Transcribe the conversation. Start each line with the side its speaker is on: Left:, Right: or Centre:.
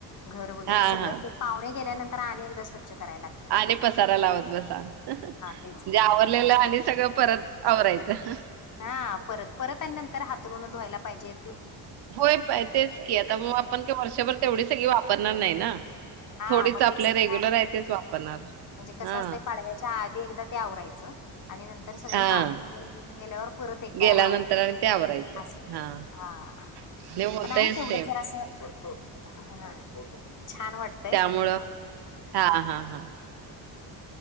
Left: घर वगैरे
Right: हा
Left: सगळं
Right: हा
Left: ते पाहुणे गेल्यानंतर आणि एकदा स्वच्छ करायला लागत.
Right: आणिक पसारा लावत बसा,
Left: तेच की
Right: जे आवर लेल आणि सगळं परत आवरायचं.
Left: हा परत परत आणि नंतर हातरुूनं धुवायला पाहिजेत.
Right: होय पाहय तेच की आता मग आपण वर्षभर तेवढी सगळी वापरणार नाही ना.
Left: हा
Right: थोडीच
Left: मग
Right: आपले
Left: ते सगळं
Right: रेग्युलर
Left: आणि
Right: आहे तेच वापरणार.
Left: म्हणजे कसं
Right: हा
Left: असतय पाडव्याच्या आधी एकदा ते आवरायचं आणि नंतर सगळे
Right: हा
Left: पाहुणे वगैरे येऊन गेल्यावर, परत एकदा
Right: गेल्यानंतर
Left: आवरायचं
Right: आणि ते आवरायचं
Left: असं,
Right: हा
Left: हा
Right: नाही होतयच
Left: पण आहे तेवढंच
Right: ते
Left: जरा असं हा छान वाटतं.
Right: त्यामुळं हा हा हा